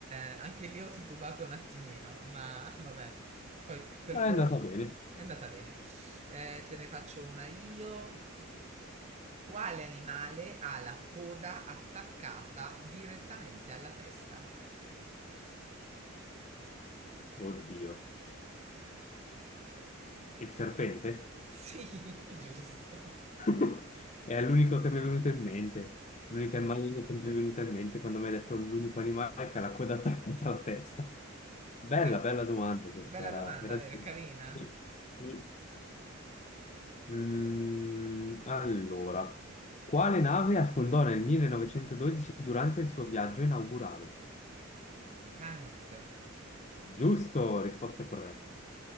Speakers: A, on the right (about 35°); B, on the left (about 35°).
A: anche lì ho titubato un attimino, ma vabbè. Poi, per
B: Ma
A: fortuna,
B: è andata bene.
A: è andata bene. Eh, te ne faccio una io. Quale animale ha la coda attaccata direttamente alla testa? <laughs>
B: Oddio. Il serpente?
A: Sì, giusto.
B: <laughs> È l'unico che mi è venuto in mente, l'unica immagine che mi è venuta in mente quando mi hai detto l'unico animale che ha la coda attaccata <laughs> alla testa. Bella,
A: Eh,
B: bella domanda questa,
A: bella
B: era,
A: domanda,
B: era
A: vero?
B: dura.
A: Carina.
B: Sì, sì. Mm, allora, quale nave affondò nel 1912 durante il suo viaggio inaugurale?
A: Titanic.
B: Giusto, risposta corretta.